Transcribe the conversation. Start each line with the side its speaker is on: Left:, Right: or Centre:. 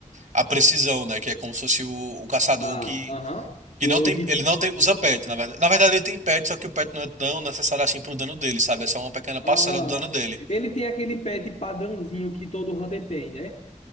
Right: a precisão, né? Que é como se fosse o, o caçador
Left: Ah,
Right: que,
Left: aham.
Right: que
Left: O,
Right: não
Left: o
Right: tem.
Left: de.
Right: Ele não tem, usa pet, na verdade. Na verdade, ele tem pet, só que o pet não é tão necessário assim pro dano dele, sabe? É só uma pequena parcela
Left: Ah,
Right: do dano dele.
Left: ele tem aquele pet padrãozinho que todo Hunter tem, né?